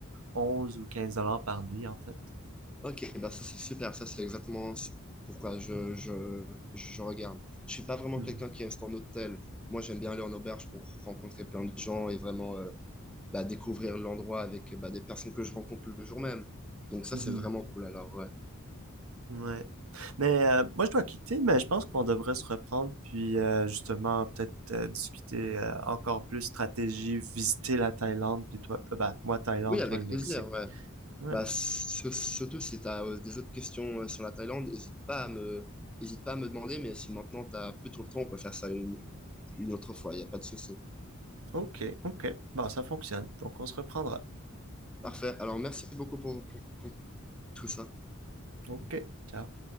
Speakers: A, on the right; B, in the centre.
A: 11 ou 15 dollars par nuit en fait.
B: Ok, bah ça c'est super, ça c'est exactement ce- pourquoi je, je, je regarde. Je suis pas vraiment
A: Hmm.
B: quelqu'un qui reste en hôtel. Moi, j'aime bien aller en auberge pour rencontrer plein de gens et vraiment euh, bah, découvrir l'endroit avec bah, des personnes que je rencontre le jour même. Donc ça,
A: Mhm.
B: c'est vraiment cool alors, ouais.
A: Ouais. Mais euh, moi, je dois quitter, mais je pense qu'on devrait se reprendre, puis euh, justement, peut-être euh, discuter euh, encore plus stratégie, visiter la Thaïlande, puis toi, euh, bah, moi, Thaïlande,
B: Oui, avec
A: toi, le Mexique.
B: plaisir, ouais.
A: Ouais.
B: Bah, ce- surtout si tu as des autres questions euh, sur la Thaïlande, n'hésite pas à me, hésite pas à me demander, mais si maintenant tu n'as plus trop le temps, on peut faire ça une, une autre fois, il n'y a pas de souci.
A: Ok, ok. Bah, ça fonctionne. Donc, on se reprendra.
B: Parfait, alors merci beaucoup pour, pour, pour tout ça.
A: Ok, ciao.